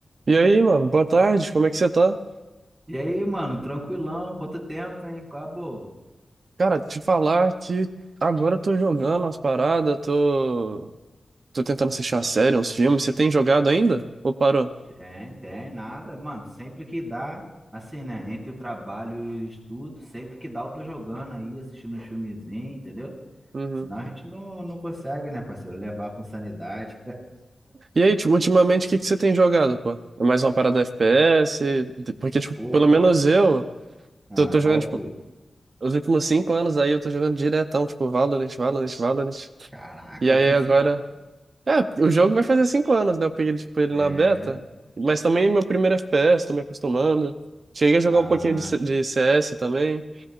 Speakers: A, on the right (about 65°); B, on the right (about 40°).
A: E aí, mano, boa tarde, como é que você tá?
B: E aí, mano, tranquilão? Quanto tempo, hein? Qual a boa?
A: Cara, te falar que agora eu tô jogando umas paradas, tô, tô tentando assistir uma série, uns filmes. Você tem jogado ainda? Ou parou?
B: Tem, tem, nada. Mano, sempre que dá, assim, né? Entre o trabalho e o estudo, sempre que dá, eu tô jogando aí, assistindo um filmezinho, entendeu?
A: Uhum.
B: Senão a gente não, não consegue, né, parceiro? Levar com sanidade.
A: E aí, tipo, ultimamente, o que que você tem jogado, pô? É mais uma parada FPS? Porque, tipo,
B: <laughs> Pô,
A: pelo
B: cara.
A: menos eu
B: Ah,
A: tô, tô
B: fala
A: jogando, tipo,
B: tu.
A: os últimos cinco anos aí eu tô jogando diretão, tipo, Valorant, Valorant, Valorant.
B: Caraca,
A: E
B: último
A: aí
B: cinco.
A: agora. É, o jogo vai fazer cinco anos, né? Eu peguei, tipo, ele
B: É.
A: na beta. Mas também meu primeiro FPS, tô me acostumando. Cheguei a jogar
B: Ah,
A: um pouquinho de, C- de CS também.